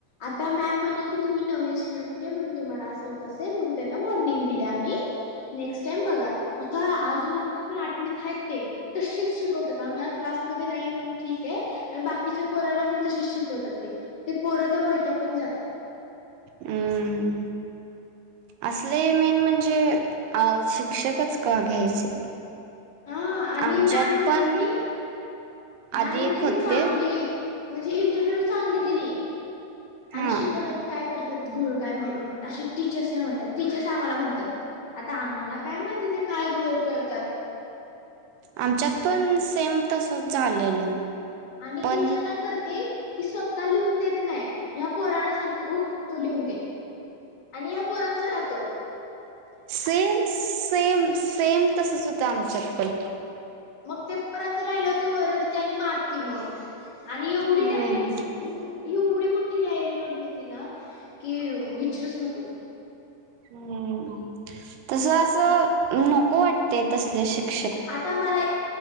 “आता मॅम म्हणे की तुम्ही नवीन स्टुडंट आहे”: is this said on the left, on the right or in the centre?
Left